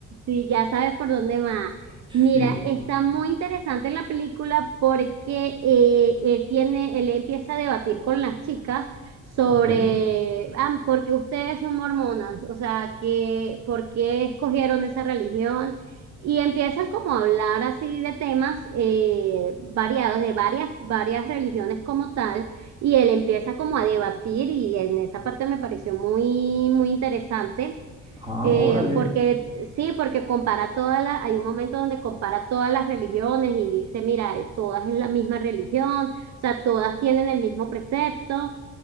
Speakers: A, on the right; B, on the right.
A: sí, ya sabes por dónde va. Mira,
B: Sí.
A: está muy interesante la película porque eh, él tiene, él empieza a debatir con las chicas sobre,
B: Ok.
A: ah, porque ustedes son mormonas, o sea, que, ¿por qué escogieron esa religión? Y empiezan como a hablar así de temas eh, variados, de varias, varias religiones como tal, y él empieza como a debatir y en esa parte me pareció muy, muy interesante.
B: Ah,
A: Eh,
B: órale.
A: porque sí, porque compara todas las, hay un momento donde compara todas las religiones y dice, mira, eh, todas es la misma religión, o sea, todas tienen el mismo precepto.